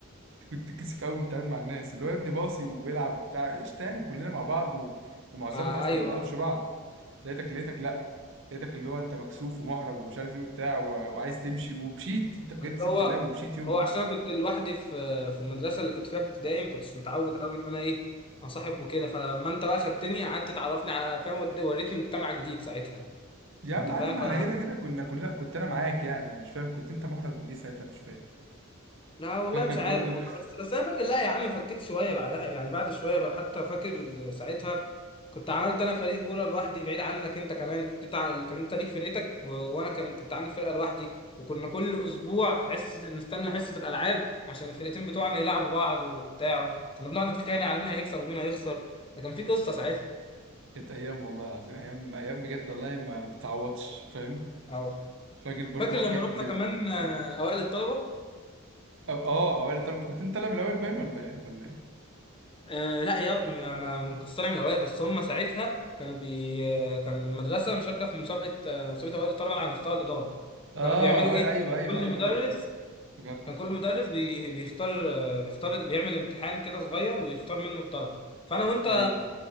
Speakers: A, on the right (about 60°); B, on the left (about 25°).
A: أنت كنت بتتكسف قوي بتتعامل مع الناس اللي هو يا ابني باصي ويلعب وبتاع قشطه يعني كلنا مع بعض و... ومعظمنا
B: ما
A: اصلا
B: ايوه
A: ما نعرفش بعض لقيتك لقيتك لا لقيتك اللي هو انت مكسوف ومحرج ومش عارف ايه وبتاع و... وعايز تمشي ومشيت انت بجد
B: بس
A: سبت
B: هو
A: اللعب ومشيت يومها
B: هو عشان انا كنت لوحدي في في المدرسه اللي كنت فيها في ابتدائي ما كنتش متعود قوي ان انا ايه انصاحب وكده فلما انت بقى خدتني قعدت تعرفني على فاهم ود- وريتني مجتمع جديد ساعتها
A: يا
B: انت
A: عم
B: فاهم
A: عادي ما
B: ف
A: احنا كده كده كنا كلنا كنت انا معاك يعني انا مش فاهم كنت انت محرج من ايه ساعتها مش فاهم
B: لا والله
A: فاكر
B: مش
A: برضو
B: عارف
A: <laughs>
B: والله بس بس انا فاكر لا يا عم فكيت شويه بعدها يعني بعد شويه بقى حتى فاكر ساعتها كنت عملت انا فريق كوره لوحدي بعيد عنك انت كمان كنت تع... كان انت ليك فرقتك و... وانا كان كنت عامل فرقه لوحدي وكنا كل اسبوع في حصه نستنى حصه الالعاب عشان الفرقتين بتوعنا يلعبوا بعض وبتاع كنا بنقعد نتخانق على مين هيكسب ومين هيخسر ده كان في قصه ساعتها
A: كانت ايام والله العظيم ايام ايام بجد والله ما متعوضش فاهم
B: أو
A: فاكر برضو
B: فاكر
A: حاجات
B: لما رحنا
A: اه
B: كمان آه، اوائل الطلبه
A: آه، اوائل الطلبه كنت انت طالع من الاول باين ولا ايه ولا ايه
B: آه لا يا ما ما- مقصره من الاوائل بس هم ساعتها كانوا بي آه، كان المدرسه مشاركه في مسابقه آه، مسابقه اوائل الطلبه على مستوى الاداره
A: اه
B: فكانوا بيعملوا
A: أوائل...
B: ايه
A: ايوه ايوه
B: كل
A: ايوه
B: مدرس
A: ايوه افتكرت
B: كان كل مدرس بي... بيختار آه، بيختار بيعمل امتحان كده صغير ويختار منه الطلبه فانا وانت
A: ايوه